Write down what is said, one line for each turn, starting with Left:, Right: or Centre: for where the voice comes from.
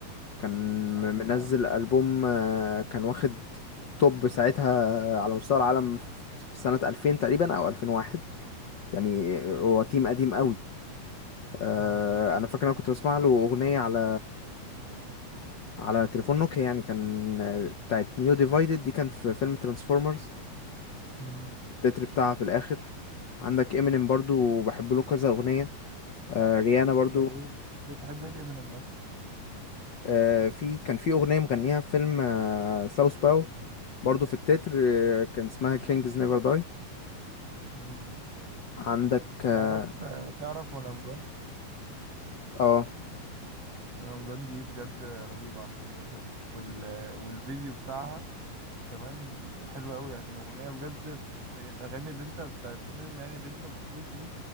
Left: كان م-
Right: لا
Left: منزل
Right: مش عارف
Left: ألبوم آه، كان واخد توب ساعتها آه، على مستوى العالم في في سنة 2000 تقريبا أو 2001 يعني آه، هو تيم قديم أوي آه،
Right: مم.
Left: أنا فاكر أنا كنت بسمع له أغنية على على تليفون نوكيا يعني كان آه، بتاعت نيو ديفايدد دي كانت في فيلم ترانسفورمرز
Right: مم.
Left: التتر بتاعها في الاخر عندك امينيم برضو بحب له كذا اغنيه آه ريانا برضو
Right: زي ايه بتحب ايه امينيم مثلا
Left: آه في كان في اغنيه مغنيها في فيلم آه ساوث باو برضو في التتر آه كان اسمها كينجز نيفر داي
Right: مم.
Left: عندك اه
Right: تعرف آه، تعرف وانا مجن
Left: آه،
Right: وانا مجن دي بجد رهيبة على فكرة بجد وال... والفيديو بتاعها كمان حلو قوي يعني اغنية بجد من الاغاني اللي انت بتاعت امينيم يعني اللي انت المفروض ايه